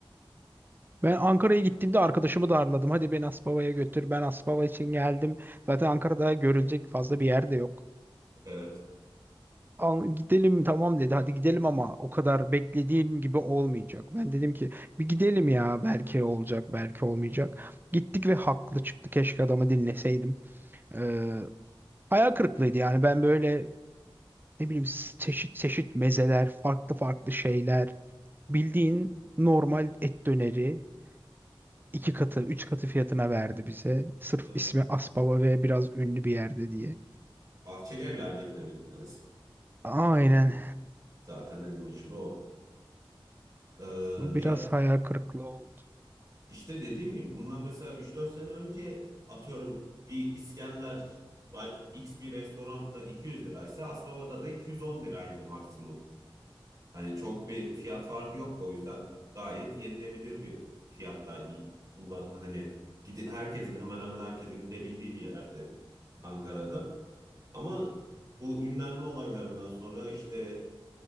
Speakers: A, on the right (about 20°); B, on the right (about 40°).
A: Ben Ankara'ya gittiğimde arkadaşımı darladım. Hadi beni Asbaba'ya götür. Ben Asbaba için geldim. Zaten Ankara'da görülecek fazla bir yer de yok.
B: Evet,
A: Al, gidelim tamam dedi. Hadi gidelim ama o kadar beklediğin gibi olmayacak. Ben dedim ki bir gidelim ya belki olacak belki olmayacak. Gittik ve haklı çıktı. Keşke adamı dinleseydim. Ee, hayal kırıklığıydı yani ben böyle ne bileyim s- çeşit çeşit mezeler, farklı farklı şeyler. Bildiğin normal et döneri iki katı, üç katı fiyatına verdi bize. Sırf
B: evet.
A: ismi Aspava ve biraz ünlü bir yerde diye.
B: Bahçeli Evler'dekine mi gittiniz?
A: Aynen.
B: Zaten el meşhur o. Ee,
A: Bu
B: ya
A: biraz hayal kırıklığı oldu.
B: işte dediğim gibi bundan mesela üç dört sene önce atıyorum bir İskender X bir restoranda 200 liraysa Asbaba'da da 210 liraydı maksimum. Hani çok bir fiyat farkı yoktu o yüzden gayet yenilebilir bir fiyattaydı. Kullan hani gidi herkesin hemen hemen herkesin gidebildiği bir yerde Ankara'da. Ama bu ünlenme olaylarından sonra işte